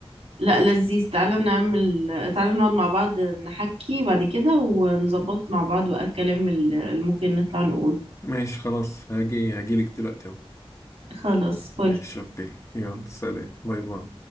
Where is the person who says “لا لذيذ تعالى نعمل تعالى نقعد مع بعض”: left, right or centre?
Right